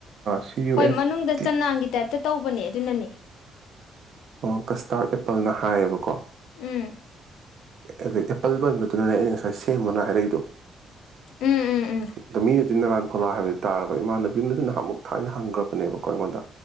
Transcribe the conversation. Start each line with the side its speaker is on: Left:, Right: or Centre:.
Right: ꯁꯤ ꯌꯨ
Left: ꯍꯣꯏ
Right: ꯑꯦꯁ
Left: ꯃꯅꯨꯡꯗ
Right: ꯇꯤ
Left: ꯆꯅꯥꯡꯒꯤ ꯇꯥꯏꯞꯇ ꯇꯧꯕꯅꯦ ꯑꯗꯨꯅꯅꯦ
Right: ꯑꯣ ꯀꯁꯇꯥꯔꯠ ꯑꯦꯄꯜꯅ ꯍꯥꯏꯌꯦꯕꯀꯣ
Left: ꯎꯝ
Right: ꯑꯗꯨ ꯑꯦꯄꯜ ꯄꯟꯕꯗꯨꯅꯅꯦ ꯑꯩꯅ ꯉꯁꯥꯏ ꯁꯦꯝꯃꯅ ꯍꯥꯏꯔꯛꯏꯗꯣ
Left: ꯎꯝ ꯎꯝ ꯎꯝ
Right: ꯑꯗꯣ ꯃꯤꯅꯁꯨ ꯅꯔꯥꯟ ꯐꯣꯂꯥ ꯍꯥꯏꯕꯗꯨ ꯇꯥꯔꯕ ꯏꯃꯥꯟꯅꯕꯤ ꯑꯃꯅꯁꯨ ꯅ ꯑꯃꯨꯛ ꯊꯥꯏꯅ ꯍꯪꯈ꯭ꯔꯕꯅꯦꯕꯀꯣ ꯑꯩꯉꯣꯟꯗ